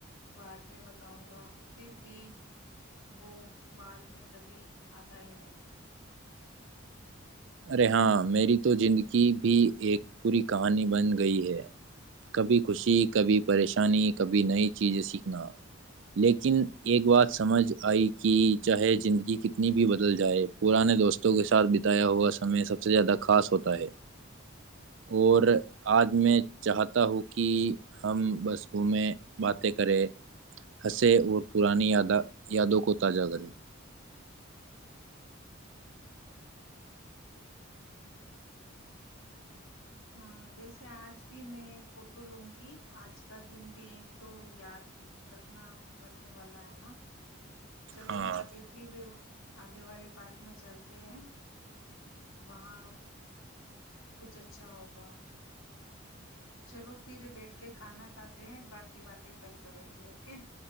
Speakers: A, on the left; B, on the right.
A: بعد میں بتاؤں گا پھر بھی وہ بعد میں کبھی آتا ہی نہیں
B: ارے ہاں میری تو زندگی بھی ایک پی کہانی بن گئی ہے کبھی خوشی کبھی پریشانی کبھی نئی چیزیں سیکھنا لیکن ایک بات سمجھ آئی کہ چاہے زندگی کتنی بھی بدل جائے پرانے دوستوں کے ساتھ بتایا ہوا ہمیں سب سے زیادہ خاص ہوتا ہے اور آج میں چاہتا ہوں کہ ہم بس گھومے باتیں کریں ہنسے اور پرانی یادا یادوں کو تازہ کریں
A: ہاں ویسے آج بھی میں فوٹو لوں گی آج کا دن بھی تو یاد رکھنا رکھنے والا ہے نا چلو
B: ہاں
A: نہ آگے پھر آگے والے پارک میں چلتے ہیں وہاں کچھ اچ اچھا ہوگا چلو پھر بیٹھ کے کھانا کھاتے ہیں باقی باتیں کل کریں گے اوکے